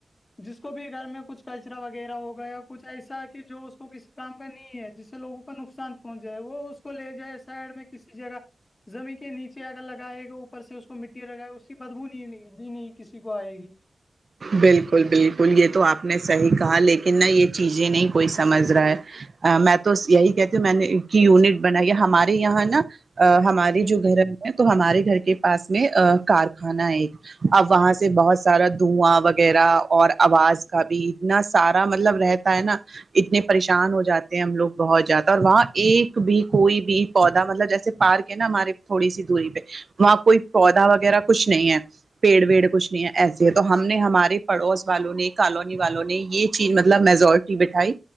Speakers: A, on the left (about 40°); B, on the right (about 50°).
A: جس کو بھی گھر میں کچھ کچرا وغیرہ ہوگیا یا کچھ ایسا ہے کہ جو اس کو کس کام کا نہیں ہے جس سے لوگوں نقصان پہنچ جائے وہ اس کو لے جائے سائڈ میں کسی جگہ زمین کے نیچے اگر لگائے اوپر سے اس کو مٹی لگائے اس کی بدبو نہیں بھی نہیں کسی کو آئے گی
B: بالکل بالکل یہ تو آپ نے صحیح کہا لیکن نہ یہ چیزیں نہیں کوئی سمجھ رہا ہے میں تو یہی کہتی ہوں میں نے کی یونٹ بنائی ہمارے یہاں نا ا ہماری
A: جی
B: جو گھر ہے تو ہمارے گھر کے پاس میں ا کارخانہ ہے ایک اب وہاں سے بہت سارا دھواں وغیرہ اور آواز کا بھی اتنا سارا مطلب رہتا ہے نا اتنے پریشان ہو جاتے ہیں ہم لوگ بہت جیادہ اور وہاں ایک بھی کوئی بھی پودا مطلب جیسے پارک ہے نا ہمارے تھوڑی سی دوری پہ وہاں کوئی پودا وغیرہ کچھ نہیں ہے پیڑ ویڑ کچھ نہیں ہے ایسا تو ہم نے ہمارے پڑوس والوں نے کالونی والوں نے یہ چیز مطلب میجورٹی بٹھائی